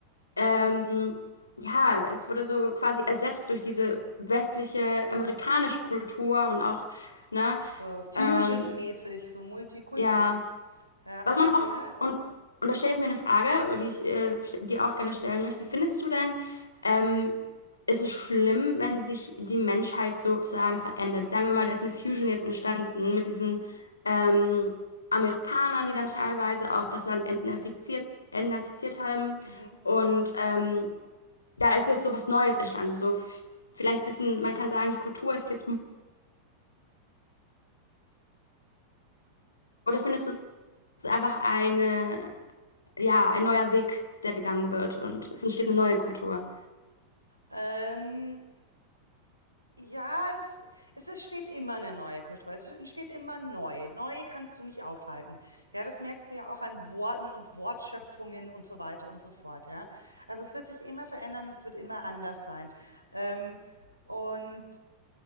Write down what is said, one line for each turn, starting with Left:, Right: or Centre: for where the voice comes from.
Left: ähm, ja, es wurde so quasi ersetzt durch diese westliche amerikanische Kultur und auch, ne,
Right: So Fusion-mäßig,
Left: ähm,
Right: so Multikulti,
Left: ja,
Right: ne? Ja,
Left: was man auch,
Right: ja.
Left: und, und da stelle ich mir eine Frage, die ich äh, st- dir auch gerne stellen möchte.
Right: Mhm.
Left: Findest du denn, ähm, ist es schlimm, wenn sich die Menschheit sozusagen verändert? Sagen wir mal, da ist eine
Right: Mhm.
Left: Fusion jetzt entstanden mit diesen ähm, Amerikanern, die dann teilweise auch das Land entnazifiziert, entnazifiziert haben
Right: Mhm.
Left: und ähm, da ist jetzt so was Neues entstanden. So f- vielleicht ein bisschen, man kann sagen, die Kultur ist jetzt, oder findest du, es ist einfach eine, ja, ein neuer Weg, der gegangen wird und es entsteht eine neue Kultur.
Right: Ähm, Ja, es, es, es steht immer eine neue Kultur. Es entsteht immer neu. Neu kannst du nicht aufhalten. Ja, das merkst du ja auch an Worten und Wortschöpfungen und so weiter und so fort. Ja, also es wird sich immer verändern und es wird immer anders sein. Ähm, und